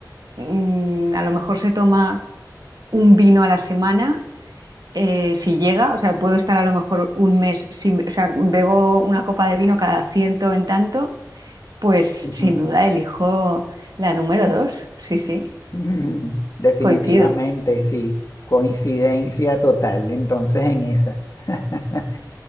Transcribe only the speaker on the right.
mm, a lo mejor se toma un vino a la semana. eh, si llega, o sea, puedo estar a lo mejor un mes sin, o sea, bebo una copa de vino cada ciento en tanto, pues
sin duda elijo la número dos. Sí, sí,
coincido.